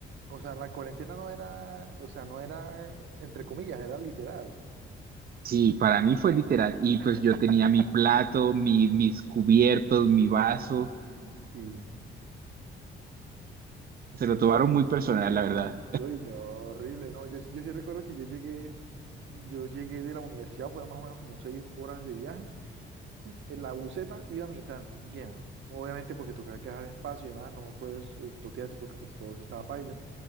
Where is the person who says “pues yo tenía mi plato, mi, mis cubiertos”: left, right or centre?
Right